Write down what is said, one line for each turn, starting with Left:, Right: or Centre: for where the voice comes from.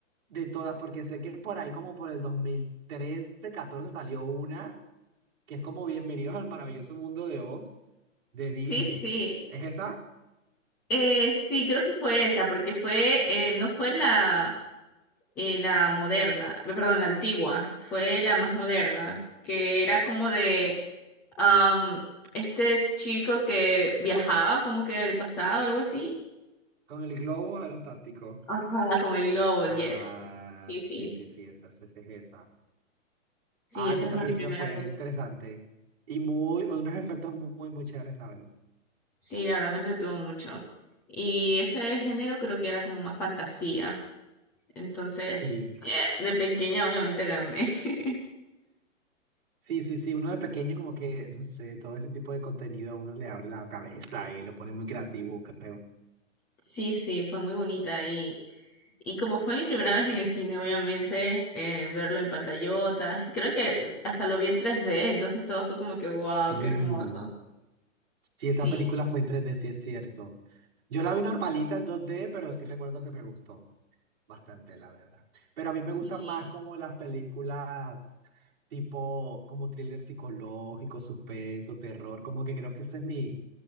Right: de todas? Porque sé que por ahí como por el 2013, 14 salió una que es como Bienvenidos al maravilloso mundo de Oz de Disney.
Centre: Sí, sí.
Right: ¿Es esa?
Centre: Eh, sí, creo que fue esa, porque fue, eh, no fue la, eh, la moderna, eh, perdón, la antigua, fue la más moderna, que era como de am, este chico que viajaba como que del pasado, algo así.
Right: Con el globo aerostático.
Centre: Ajá. Con el globo,
Right: Ah,
Centre: yes. Sí,
Right: sí,
Centre: sí.
Right: sí, sí, entonces es esa.
Centre: Sí,
Right: Ah,
Centre: esa
Right: sí, esta
Centre: fue
Right: película
Centre: mi primera
Right: fue
Centre: película.
Right: interesante y muy, unos efectos muy, muy chéveres, la verdad.
Centre: Sí, la verdad me entretuvo mucho. Y ese género creo que era como más fantasía. Entonces,
Right: Sí.
Centre: eh, de pequeña obviamente la amé. <laughs>
Right: Sí, sí, sí, uno de pequeño como que, no sé, todo ese tipo de contenido a uno le abre la cabeza y lo pone muy creativo, creo.
Centre: Sí, sí, fue muy bonita. Y, y como fue mi primera vez en el cine, obviamente, eh, verlo en pantallota. Creo que hasta lo vi en 3D, entonces todo fue como que, wow,
Right: Sí,
Centre: qué hermoso.
Right: sí,
Centre: Sí,
Right: esa película fue en 3D, sí es cierto. Yo la vi normalita en 2D, pero sí recuerdo que me gustó bastante, la verdad. Pero a mí
Centre: sí.
Right: me gustan más como las películas tipo como thriller psicológico, suspenso, terror, como que creo que ese es mi,